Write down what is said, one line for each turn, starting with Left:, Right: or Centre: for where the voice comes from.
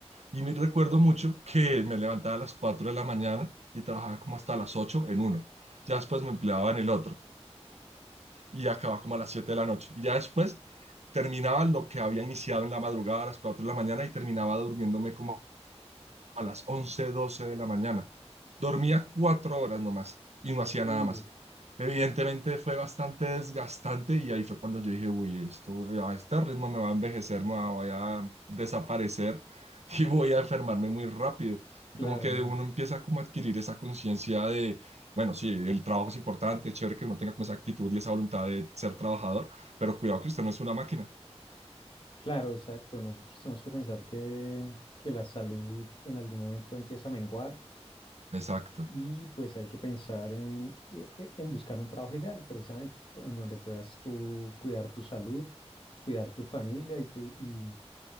Right: Y me recuerdo mucho que me levantaba a las 4 de la mañana y trabajaba como hasta las 8 en uno. Ya después me empleaba en el otro y acababa como a las 7 de la noche. Y ya después terminaba lo que había iniciado en la madrugada a las 4 de la mañana y terminaba durmiéndome como a las 11 12 de la mañana. Dormía cuatro horas nomás y no hacía
Left: Uh,
Right: nada más. Evidentemente fue bastante desgastante y ahí fue cuando yo dije, uy, esto eh, a este ritmo me va a envejecer, me va- voy a desaparecer <laughs> y voy a enfermarme muy rápido. Y
Left: claro,
Right: como que
Left: no.
Right: uno empieza como a adquirir esa conciencia de, bueno, sí, el trabajo es importante, es chévere que uno tenga como esa actitud y esa voluntad de ser trabajador, pero cuidado que usted no es una máquina.
Left: Claro, exacto. Nosotros tenemos que pensar que, que la salud en algún momento empieza a menguar
Right: Exacto.
Left: Y pues hay que pensar en, e- e- en buscar un trabajo ideal, precisamente, en donde puedas tú cuidar tu salud, cuidar tu familia y, tu, y